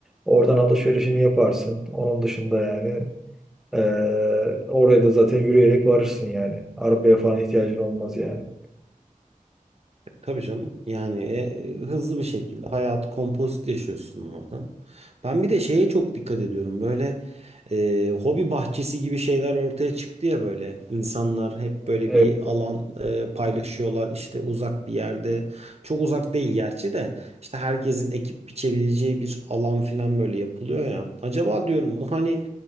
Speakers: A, in the centre; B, on the right (about 45°).
A: Oradan alışverişini yaparsın. Onun dışında yani e, oraya da zaten yürüyerek varırsın yani. Arabaya falan ihtiyacın olmaz yani.
B: Tabii canım yani e, hızlı bir şekilde hayatı kompozit yaşıyorsun orada. Ben bir de şeye çok dikkat ediyorum böyle e, hobi bahçesi gibi şeyler ortaya çıktı ya böyle insanlar hep böyle
A: Evet.
B: bir alan e, paylaşıyorlar işte uzak bir yerde çok uzak değil gerçi de işte herkesin ekip biçebileceği bir alan filan böyle yapılıyor ya. Acaba diyorum bu hani